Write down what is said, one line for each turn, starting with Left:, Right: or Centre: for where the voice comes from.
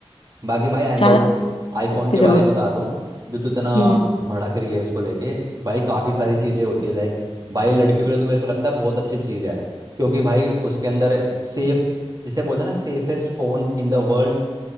Right: बाकी भाई एंड्रॉयड
Left: ज्यादा करने
Right: आईफोन
Left: की
Right: के बारे
Left: जरूरत
Right: में बता दूं जो तू इतना
Left: हम्म
Right: भड़क रही है इसको लेके भाई काफी सारी चीजें होती है लाइक भाई लड़कियों के लिए तो मेरे को लगता है बहुत अच्छी चीज है क्योंकि भाई उसके अंदर सेफ जिसे बोलते हैं ना safest phone in the world